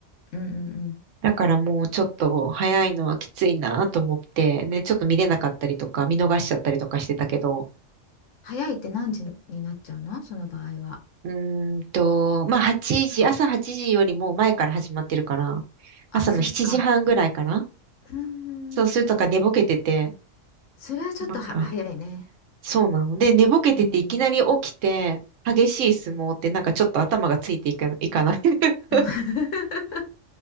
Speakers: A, on the left; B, on the right.
A: うんうんうん。
B: だからもうちょっと早いのはきついなと思って、ね、ちょっと見れなかったりとか、見逃しちゃったりとかしてたけど、
A: 早いって何時になっちゃうのその場合は。
B: うーんと、まあ8時、朝8時よりも前から始まってるから、
A: あ、
B: 朝の7時半ぐらいかな。
A: そっか。うーん。
B: そうするとか寝ぼけてて、
A: それはちょっとは早いね。
B: なんか、そうなの。で、寝ぼけてていきなり起きて、
A: うん。
B: 激しい相撲ってなんかちょっと頭がついていか、
A: うん
B: いかない。<laughs>
A: <laughs>